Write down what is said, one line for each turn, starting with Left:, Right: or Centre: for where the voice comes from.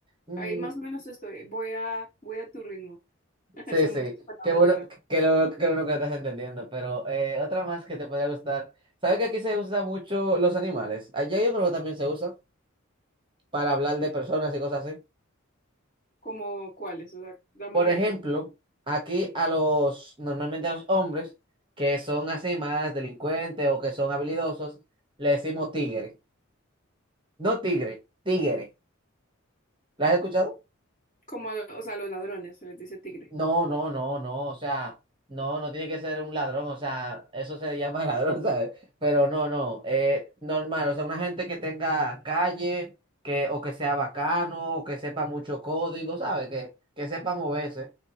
Right: Mm,
Left: Ahí más o menos estoy. Voy a, voy a tu ritmo. <laughs>
Right: sí,
Left: Son
Right: sí.
Left: muchas palabras
Right: Qué bueno,
Left: nuevas.
Right: que que lo, qué bueno que lo estás entendiendo. Pero eh, otra más que te podría gustar. ¿Sabes que aquí se usa mucho los animales? Allá yo creo que también se usa para hablar de personas y cosas así.
Left: ¿Como cuáles? O sea, dame
Right: Por
Left: un ejemplo.
Right: ejemplo, aquí a los, normalmente a los hombres que son así más delincuentes o que son habilidosos, le decimos tigre. No tigre, tigre. ¿La has escuchado?
Left: Como, a- o sea, a los ladrones, se les dice tigre.
Right: No, no, no, no. O sea, no, no tiene que ser un ladrón. O sea, eso se llama <laughs> ladrón, ¿sabes? Pero no, no. eh, normal. O sea, una gente que tenga calle, que, o que sea bacano, o que sepa mucho código, ¿sabes? Que, que sepa moverse.